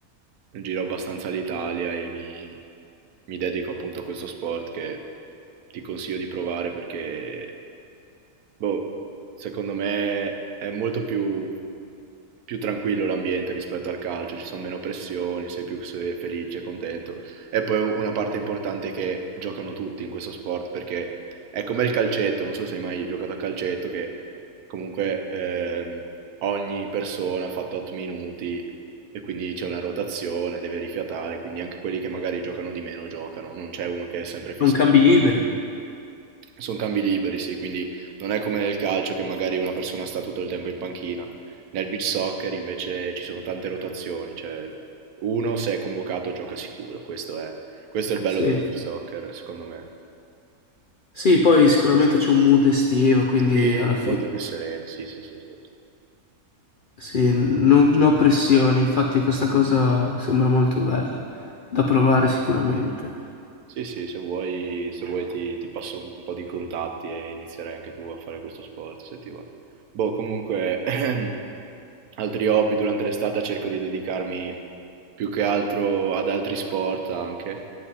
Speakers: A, on the right; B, on the left.
A: giro abbastanza l'Italia e mi, mi dedico appunto a questo sport che ti consiglio di provare perché, boh, secondo me è molto più più tranquillo l'ambiente rispetto al calcio, ci sono meno pressioni, sei più se- felice, contento. E poi una parte importante è che giocano tutti in questo sport perché è come il calcetto, non so se hai mai giocato a calcetto, che comunque ehm, ogni persona ha fatto 8 minuti e quindi c'è una rotazione, deve rifiatare, quindi anche quelli che magari giocano di meno giocano, non c'è uno che è sempre fisso.
B: Non cambi liberi.
A: Sono cambi liberi, sì, quindi non è come nel calcio che magari una persona sta tutto il tempo in panchina. Nel beach soccer invece ci sono tante rotazioni, cioè uno se è convocato gioca sicuro, questo è, questo è il bello
B: Sì,
A: del beach
B: sì.
A: soccer, secondo me.
B: Sì, poi sicuramente c'è un mood estivo, quindi
A: Sì,
B: alla fine
A: molto più sereno, sì, sì, sì, sì.
B: sì, non, non ho pressioni, infatti questa cosa sembra molto bella da provare sicuramente.
A: Sì, sì, se vuoi, se vuoi ti, ti passo un po' di contatti e inizierai anche tu a fare questo sport, se ti va. Boh, comunque, <clears throat> altri hobby durante l'estate cerco di dedicarmi più che altro ad altri sport anche.